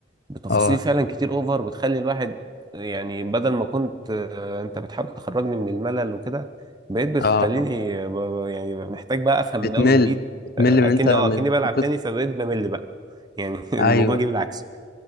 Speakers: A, on the right; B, on the left.
A: بتفاصيل
B: اه
A: فعلا كتير اوفر بتخلي الواحد يعني بدل ما كنت آه، انت بتحاول تخرجني من الملل وكده بقيت بتخليني
B: اه
A: آه، ب- ب- يعني محتاج بقى افهم
B: بتمل
A: من اول وجديد
B: بتمل
A: آه،
B: من
A: اكن
B: انت من
A: اه اكني بلعب
B: من كتر
A: تاني فبقيت بمل بقى يعني <laughs> الموضوع
B: ايوه
A: جه بالعكس